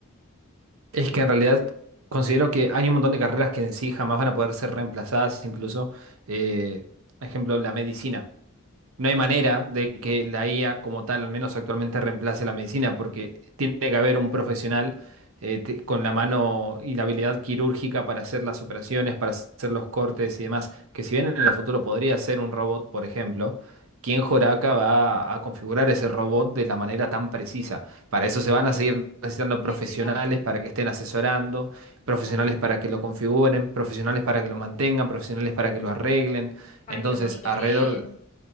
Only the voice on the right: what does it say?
Es que en realidad considero que hay un montón de carreras que en sí jamás van a poder ser reemplazadas, incluso, eh, por ejemplo, la medicina. No hay manera de que la IA como tal, al menos actualmente, reemplace la medicina, porque tiene que haber un profesional eh, te- con la mano y la habilidad quirúrgica para hacer las operaciones, para hacer los cortes y demás, que si bien en el futuro podría ser un robot, por ejemplo, ¿quién joraca va a configurar ese robot de la manera tan precisa? Para eso se van
a seguir necesitando profesionales
para que estén asesorando, profesionales
para que lo configuren, profesionales para que lo mantengan, profesionales para que lo arreglen.
Entonces,
alrededor...